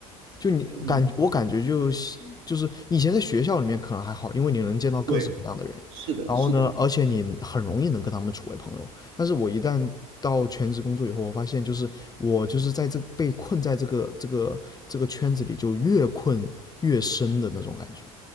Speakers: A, on the left (about 20°); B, on the right (about 65°).
A: 就你感我感觉就是就是以前在学校里面可能还好，
B: 嗯，
A: 因为你能见到各式各样的人，
B: 对，是的，
A: 然后呢，
B: 是的，是的
A: 而且你很容易能跟他们处为朋友。但是我一旦到全职工作以后，我发现就是我就是在这被困在这个这个这个圈子里，就越困越深的那种感觉，